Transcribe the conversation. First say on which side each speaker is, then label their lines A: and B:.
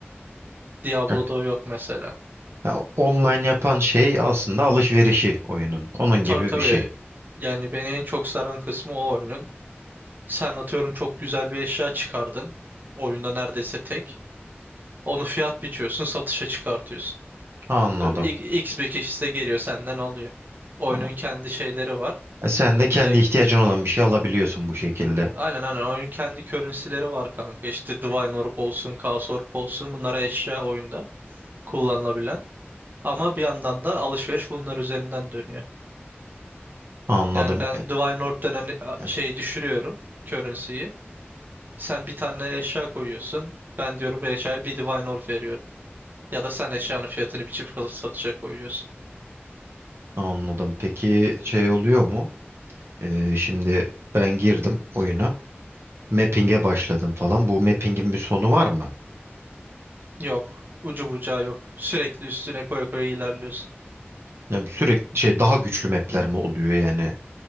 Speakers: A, on the right; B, on the right.
A: Diablo'da
B: Heh.
A: o yok mesela.
B: Ha, online yapan şey aslında alışverişi oyunun. Onun
A: Tabii
B: gibi
A: tabii.
B: bir şey.
A: Yani beni en çok saran kısmı o oyunun. Sen atıyorum çok güzel bir eşya çıkardın. Oyunda neredeyse tek. Onu fiyat biçiyorsun, satışa çıkartıyorsun.
B: Anladım.
A: İ- X bir kişi de geliyor senden alıyor. Oyunun
B: Ha.
A: kendi şeyleri var
B: E, Sen de kendi
A: E,
B: ihtiyacın olan bir şey alabiliyorsun bu şekilde.
A: Aynen aynen oyun kendi currency'leri var kanka. İşte Divine Orb olsun, Chaos Orb olsun bunlara eşya oyunda kullanılabilen. Ama bir yandan da alışveriş bunlar üzerinden dönüyor.
B: Anladım.
A: Yani ben
B: E,
A: Divine Orb denen a-
B: e,
A: şeyi düşürüyorum, currency'yi. Sen bir tane eşya koyuyorsun. Ben diyorum bu eşyaya bir Divine Orb veriyorum. Ya da sen eşyanın fiyatını bir çift kalıp satışa koyuyorsun.
B: Anladım. Peki şey oluyor mu? E, şimdi ben girdim oyuna. Mapping'e başladım falan. Bu mapping'in bir sonu var mı?
A: Yok. Ucu bucağı yok. Sürekli üstüne koya koya ilerliyorsun.
B: Yani sürekli şey daha güçlü map'ler mi oluyor yani?